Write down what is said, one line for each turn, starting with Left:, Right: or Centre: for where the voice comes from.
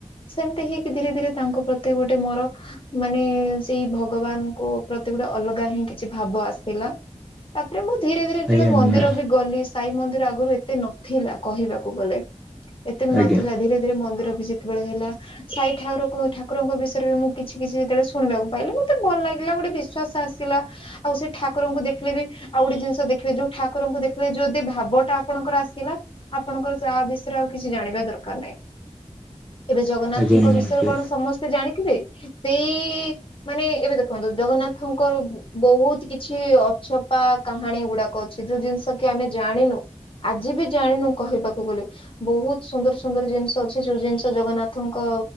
Left: ସେମିତି ହେଇକି ଧୀରେ ଧୀରେ ତାଙ୍କ ପ୍ରତି ଗୋଟେ ମୋର ମାନେ ସେଇ ଭଗବାନଙ୍କ ପ୍ରତି ଗୋଟେ ଅଲଗା ହିଁ କିଛି ଭାବ ଆସିଥିଲା। ତାପରେ ମୁଁ ଧୀରେ ଧୀରେ ଯେତେବେଳେ
Centre: ଆଜ୍ଞା
Left: ମନ୍ଦିର
Centre: ନିହା
Left: ବି ଗଲି ସେ ସାଇ ମନ୍ଦିର ଆଗରୁ ଏତେ ନଥିଲା କହିବାକୁ ଗଲେ ଏତେ ବି ନଥିଲା
Centre: ଆଜ୍ଞା
Left: ଧୀରେ ଧୀରେ ମନ୍ଦିର ବି ଯେ ସେତେବେଳେ ହେଲା ସାଇଠାକୁର ଠାକୁରଙ୍କ ବିସ ମୁଁ କିଛି କିଛି ଯେତେବେଳେ ଶୁଣିବାକୁ ପାଇଲି ମତେ ଭଲ ଲାଗିଲା ଗୋଟେ ବିଶ୍ୱାସ ଆସିଲା ଆଉ ସେ ଠାକୁରଙ୍କୁ ଦେଖିଲେ ବି ଆଉ ଗୋଟେ ଜିନିଷ ଦେଖିବେ ଯୋଉ ଠାକୁରଙ୍କୁ ଦେଖିଲେ ଯଦି ଭାବଟା ଆପଣଙ୍କର ଆସିଲା ଆପଣଙ୍କର ତାହା ବିଷୟରେ ଆଉ କିଛି ଜାଣିବା ଦରକାର ନାହିଁ। ଏବେ ଜଗନ୍ନାଥଙ୍କ
Centre: ଆଜ୍ଞା ନିହାତି
Left: ବିଷୟରେ କଣ ସମସ୍ତେ ଜାଣିଥିବେ ସେଇ ମାନେ ଏବେ ଦେଖନ୍ତୁ ଜଗନ୍ନାଥଙ୍କର ବହୁତ କିଛି ଅଛପା କାହାଣୀ ଗୁଡାକ ଅଛି ଯୋଉ ଜିନିଷ କି ଆମେ ଜାଣିନୁ ଆଜି ବି ଜାଣିନୁ କହିବାକୁ ଗଲେ। ବହୁତ୍ ସୁନ୍ଦର ସୁନ୍ଦର ଜିନିଷ ଅଛି ଯୋଉ ଜିନିଷ ଜଗନ୍ନାଥଙ୍କ